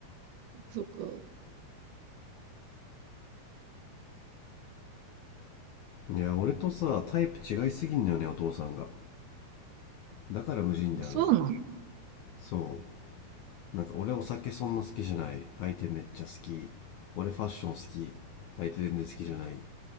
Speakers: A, on the right (about 80°); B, on the left (about 75°).
A: そっか。
B: いや、俺とさ、タイプ違いすぎんだよね、お父さんが。だから無人だよな。
A: あそうなの、
B: そうなんか俺お酒そんな好きじゃない相手めっちゃ好き俺ファッション好き相手全然好きじゃない